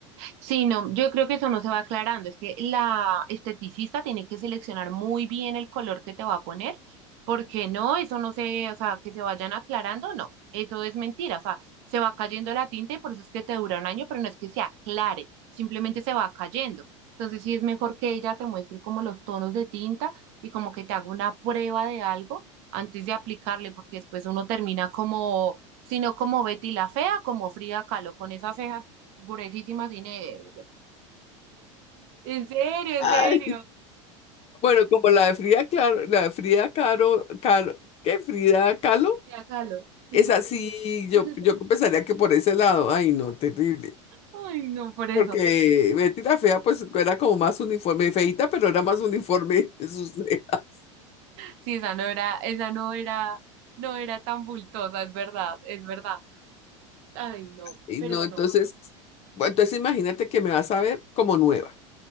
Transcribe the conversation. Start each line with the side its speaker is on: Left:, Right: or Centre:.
Right: Sí, no, yo creo que eso no se va aclarando. Es que la esteticista tiene que seleccionar muy bien el color que te va a poner, porque no, eso no se, o sea, que se vayan aclarando, no, eso es mentira. O sea, se va cayendo la tinta y por eso es que te dura un año, pero no es que se aclare, simplemente se va cayendo. Entonces sí es mejor que ella te muestre como los tonos de tinta y como que te haga una prueba de algo antes de aplicarle, porque después uno termina como, sino como Betty la fea, como Frida Kahlo, con esas cejas. Pobrecísima negra, En serio, en
Left: Ay.
Right: serio.
Left: Bueno, como la de Frida, claro, la de Frida Caro, Caro, ¿qué? Frida Kahlo.
Right: Sí, acá lo- Sí.
Left: Es así, yo,
Right: <laughs>
Left: yo pensaría que por ese lado, ay no, terrible.
Right: Ay, no, por eso.
Left: Porque Betty la Fea, pues era como más uniforme, feita, pero era más uniforme <laughs> sus cejas.
Right: Sí, esa no era, esa no era, no era tan bultosa, es verdad, es verdad. Ay, no,
Left: Y
Right: pero
Left: no, entonces,
Right: no.
Left: bueno, entonces imagínate que me vas a ver como nueva,